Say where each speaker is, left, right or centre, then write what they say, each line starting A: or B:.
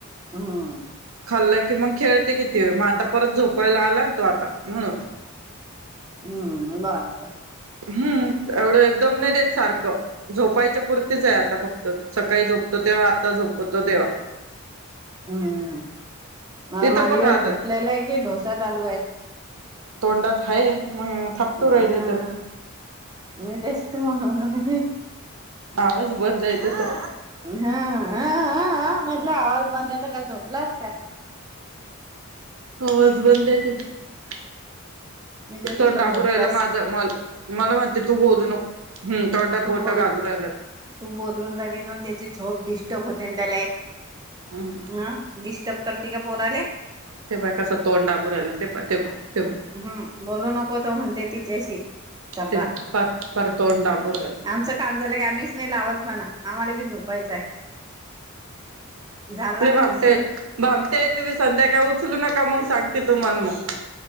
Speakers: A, on the right (about 20°); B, on the right (about 75°).
A: हम्म
B: खाल्ला.. कि मग खेळते किती वेळ मग आता परत झोपायला आला ना तो आता म्हणून..
A: हम्म बरोबर..
B: हम्म एवढं एकदम नाही देत सारखं झोपायच्या पुरतीच आहे आता फक्त... सकाळी झोपतो तेव्हा आता झोपतो तेव्हा..
A: हम्म मला
B: तिथं
A: मांडीवर
B: पण राध
A: झोपलेला आहे कि ढोस्या चालू आहे.
B: तोंडात हा मग थापतू
A: हम्म
B: राहिले त्याला..
A: मी तेस् मग..
B: आवाज बंद आहे त्याचा
A: हाहाहा... हा हा म्हटलं आवाज बंद आहेेत काय झोपलाच का...
B: आवाज बंद आहे त्याचा...
A: तेच
B: तोंडाबू
A: म्हणलं झोपलास
B: राहिला माझं म मला म्हणते तू बोलू नको हम तोंडात
A: तू
B: बोट
A: बोल
B: घालू राहिला...
A: तू बोलून रावीन म्हून त्याची झोप डिस्टर्ब.. होते त्याला
B: हम्म
A: ह डिस्टर्ब करते का पोराले...
B: ते पहा कसं तोंड दाबू राहिलं ते पहा ते पहा
A: हम्म बोलू नको तो म्हणते तिच्याशी चबबा..
B: ते पाय पार पार तोंड दाबू राहिलं
A: आमचं काम झालं की आम्हीच नाही लावत म्हणा आम्हाला बी झोपायचं आहे... झाला
B: भामट
A: आमचं
B: भाम.... ते तुम्ही संध्याकाळी उचलू नका मग सांगते तुम्हाला मग...